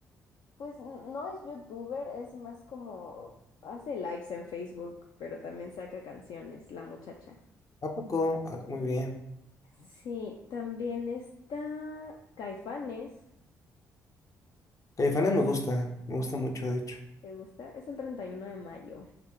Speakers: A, on the left (about 60°); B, on the left (about 40°).
A: pues n- no es youtuber, es más como hace lives en Facebook, pero también saca canciones, la muchacha.
B: ¿A poco? Ah, muy bien.
A: Sí, también está Caifanes.
B: Caifanes me gusta, me gusta mucho, de hecho.
A: ¿Te gusta? Es el 31 de mayo.